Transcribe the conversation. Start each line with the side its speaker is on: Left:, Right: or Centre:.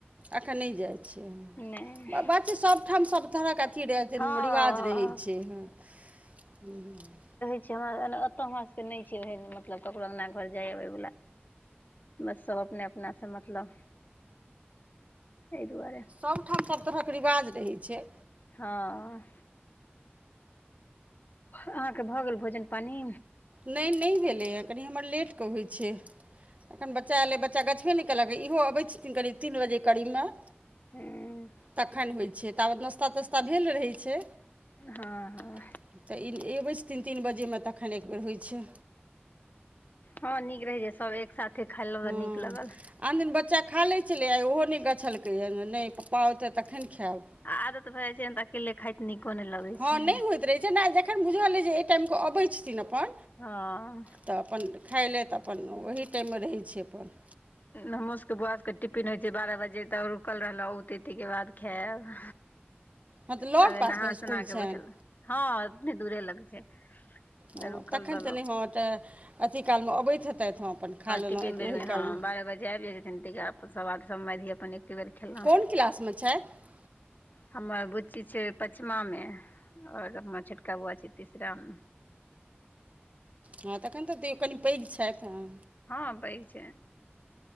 Right: एखन नई जाइत छीयै,
Left: नहि
Right: बात छय सभठाम सभ सब तरहके अथी रह
Left: हँ
Right: रिवाज रहै
Left: हँ
Right: छै, हूँ -हूँ
Left: ओतय हमरा सभके नइ छैह न मतलब ककरो अंगना घर जाइएबै वला बस सब अपने अपनासँ मतलब एहि दुआरे
Right: सबठाम सभ तरहक रिवाज रहै छै,
Left: हँ अहाँके भऽ गेल भोजन पानि
Right: नै य नै य भेलैए कनि हमर लेटके होइ छै। एखन बच्चा एयलै बच्चा गछबे नइ कयलक इहो अबै छथिन करीब तीन बजे करीबमे
Left: हूँ
Right: तखन होइ छै, ताबत नाश्ता तास्ता भेल रहै छै।
Left: हँ
Right: तऽ ई अबै छथिन तीन बजेमे तखन एकबेर होइ छै।
Left: हँ नीक रहे छै, सब एक साथे खयलो
Right: हँ
Left: नीक लगल
Right: आन दिन बच्चा खा लै छलै आइ ओहो नहि गछलकैए नइ पप्पा ओतऽ तखन खेयब
Left: आदतऽ भयजाइन छै, त अकेेले खाइत नीको नय लगै
Right: हँ
Left: छै।
Right: नहि होइत रहै छै नहि जखन बुझल अइ जे एहि टाइमके अबै छथिन अपन
Left: हँ
Right: तऽ अपन खाइ लए तऽ अपन ओहि टाइममे रहै छी अपन
Left: हमर सबके बौआ सभके टिफिन होइ छै, बारह बजे तऽ रुकल रहल उ ते के बाद खैब।
Right: हँ तऽ लग
Left: तबे
Right: पासमे
Left: नहा
Right: इसकुल
Left: सुना क
Right: छनि
Left: बैठल, हँ उतने दूरे लगे छै। तऽ
Right: हँ
Left: रुकल
Right: तखन
Left: रहलहुँ
Right: तऽ नै, हँ तऽ अथी काल में अबैत हेतैथ हँ अपन खा लेलहुँ
Left: टिफिन बेरमे
Right: ओह
Left: हँ
Right: काल में।
Left: बारह बजे आबि जाइ छथिन, तऽ सब मैधी अपन एके बेर खेलहुँ।
Right: कोन क्लासमे छथि
Left: हमर बुच्ची छै पचमा में। और हमर छटोका बौआ छै तीसरा में।
Right: हँ तखन तऽ तयो कनि पैघ छैथ हँ।
Left: हँ पैघ छै,